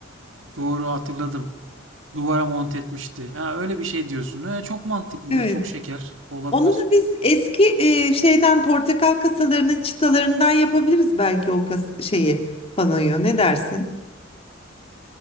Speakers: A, on the right (about 70°); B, on the left (about 30°).
A: Doğru hatırladım. Duvara monte etmişti. Ha, öyle bir şey diyorsun. Ha, çok mantıklı.
B: Evet.
A: Çok şeker. Olabilir.
B: Onu da biz eski e, şeyden portakal kasalarının çıtalarından yapabiliriz belki o kas şeyi panoyu. Ne dersin?